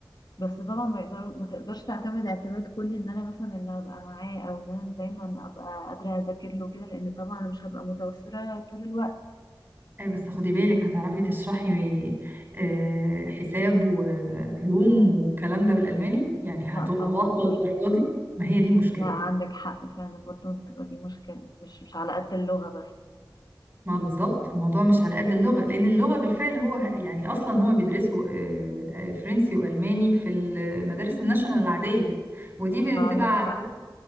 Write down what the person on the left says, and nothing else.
بس طبعا ما يقدر ما تقدرش تعتمد اعتماد كلي ان انا مثلا اللي هبقى معاه او ان انا اللي دايما ابقى قادره اذاكر له كده لان طبعا انا مش هبقى متوفره طول الوقت
لا
طبعا
برضه
لا عندك حق فعلا برضه بتبقى دي مشكله مش مش على قد اللغه بس
آه،
عندك حق